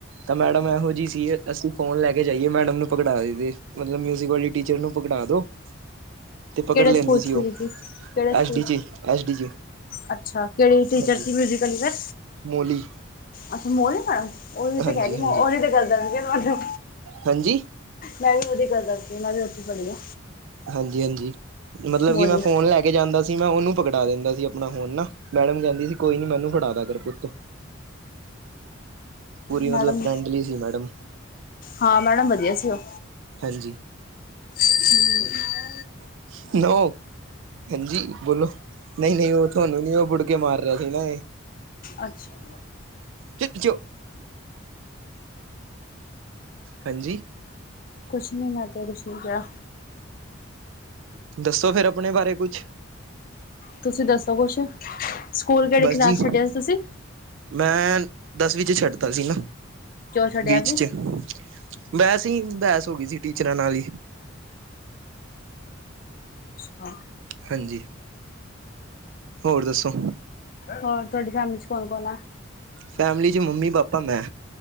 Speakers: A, on the right (about 70°); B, on the left (about 45°).
A: ਤਾਂ ਮੈਡਮ ਇਹੋ ਜਿਹੀ ਸੀ ਅਸੀ ਫੋਨ ਲੈ ਕੇ ਜਾਈਏ। ਮੈਡਮ ਨੂੰ ਪਗੜਾ ਦੇ ਮਤਲਬ ਮਿਊਜ਼ਿਕ ਵਾਲੀ ਟੀਚਰ ਨੂੰ ਪਗੜਾ ਦੋ। ਤੇ ਪਕੜ
B: ਕਿਹੜੇ
A: ਲੈਂਦੀ
B: ਸਕੂਲ
A: ਸੀ ਉਹ।
B: ਤੁਸੀਂ ਕਿਹੜੇ school
A: S D G S D G
B: ਅੱਛਾ ਕਿਹੜੀ ਟੀਚਰ
A: ਹਾਂਜੀ
B: ਸੀ ਮਿਊਜ਼ੀਕਲੀ ਫਿਰ
A: ਮੋਲੀ।
B: ਅੱਛਾ, ਮੋਲੀ ਮੈਮ ਉਹ ਵੀ ਤੇ
A: ਹਾਂਜੀ
B: ਕਹਿ ਰਹੀ
A: ਹਾਂਜੀ
B: ਉਹੀ ਤੇ ਗੱਲ ਕਰਨ ਤੁ
A: ਹਾਂਜੀ।
B: ਮੈਂ ਵੀ ਉਹਦੀ ਗੱਲ ਕਰਦੀ। ਮੈਂ ਵੀ ਉੱਥੇ ਪੜ੍ਹੀ ਆ।
A: ਹਾਂਜੀ- ਹਾਂਜੀ, ਮਤਲਬ
B: ਮੋਹਾਲੀ
A: ਕਿ ਮੈਂ ਫੋਨ ਲੈ ਕੇ ਜਾਂਦਾ ਸੀ ਮੈਂ ਉਹਨੂੰ ਪਕੜ ਫੜਾ ਦਿੰਦਾ ਸੀ ਆਪਣਾ ਫੋਨ ਨਾ, ਮੈਡਮ ਕਹਿੰਦੀ ਸੀ। ਕੋਈ ਨੀ ਮੈਨੂੰ ਫੜਾਦਾ ਕਰ ਪੁੱਤ। ਪੂਰੀ
B: ਮੈਡਮ,
A: ਮਤਲਬ ਫਰੈਂਡਲੀ ਸੀ ਮੈਡਮ
B: ਹਾਂ ਮੈਡਮ ਵਧੀਆ ਸੀ ਉਹ।
A: ਹਾਂਜੀ।
B: ਹਮ।
A: <inaudible> ਹਾਂਜੀ। ਬੋਲੋ ਨਹੀਂ-ਨਹੀਂ। ਉਹ ਤੁਹਾਨੂੰ ਨੀ ਉਹ ਬੁੜ ਕੇ ਮਾਰ ਰਿਹਾ ਸੀ ਨਾ ਇਹ।
B: ਅੱਛਾ।
A: ਚ ਜੋ ਹੈਜੀ।
B: ਕੁਛ ਨੀ ਮੈਂ ਤਾਂ ਕੁੱਝ ਨਹੀਂ ਕਿਹਾ।
A: ਦੱਸੋ ਫੇਰ ਆਪਣੇ ਬਾਰੇ। ਕੁਛ
B: ਤੁਸੀਂ ਦੱਸੋ ਕੁਛ, ਸਕੂਲ ਕਿਹੜੀ
A: ਬਸ
B: ਕਲਾਸ
A: ਜੀ
B: ਛੱਡਿਆ ਸੀ ਤੁਸੀਂ?
A: ਮੈਂ ਦਸਵੀਂ ਚ ਛੱਡਦਾ ਸੀ ਨਾ,
B: ਜੋ ਛੱਡਿਆ
A: ਬੀਚ
B: ਸੀ
A: ਚ। ਵੈਸੇ ਹੀ ਬਹਿਸ ਹੋ ਗਈ ਸੀ ਟੀਚਰਾਂ ਨਾਲ ਹੀ।
B: ਅੱਛਾ।
A: ਹਾਂਜੀ, ਹੋਰ ਦੱਸੋ?
B: ਹੋਰ ਤੁਹਾਡੇ ਘਰ ਚ ਕੌਣ-ਕੌਣ ਆ।
A: ਫੈਮਲੀ 'ਚ ਮੰਮੀ-ਪਾਪਾ, ਮੈਂ।